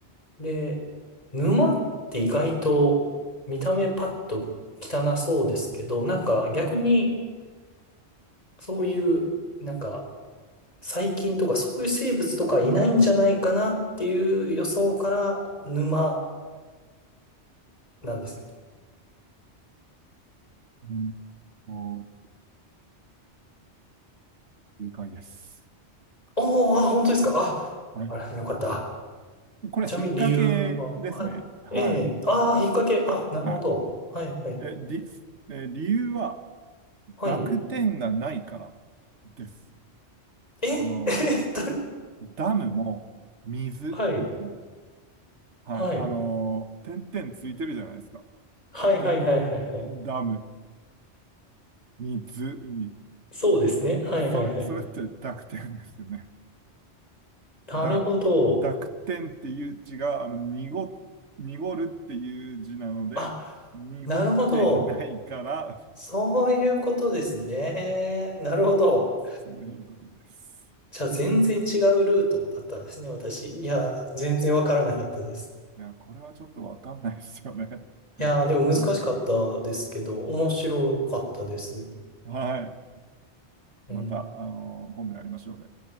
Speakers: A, on the left; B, on the right.
A: で、沼って意外と、見た目パッと汚そうですけど、なんか逆に、そういう、なんか、細菌とかそういう生物とかいないんじゃないかなっていう予想から、沼なんですけど
B: うんと、正解です。
A: おー、あ、本当ですか。あ、
B: はい。
A: あら、よかった。
B: これ、
A: ちなみに理由は、
B: 引っ掛けですね。
A: はい。
B: はい。
A: ええ、ああ、
B: あ、
A: 引っ掛け、あ、なるほど。
B: は
A: はい、はい。
B: い。え、り、え、理由は、
A: はい。
B: 濁点がないからです。
A: え、
B: あの、
A: <laughs> えっと、
B: ダムも、水も、
A: はい、
B: はい。
A: はい。
B: あの、点々ついてるじゃないですか。
A: はい、はい、
B: ダ、
A: はい、はい、はい。
B: ダム、水、海。
A: そうですね。はい、
B: それ、
A: はい、はい。
B: それって濁点ですよね。
A: なるほど。
B: だ、濁点っていう字が、あの、濁、濁るっていう字なので、
A: あ、
B: 濁っていないから、
A: なるほど。そういうことですね。なるほど。
B: そういうことです。
A: じゃあ、全然違うルートだったんですね、私。いや、全然わからなかったです。
B: いや、これはちょっとわかんないですよね。
A: いやでも難しかったですけど、
B: うん、
A: 面白かったです。
B: はい。
A: うん。
B: また、あの今度やりましょうね。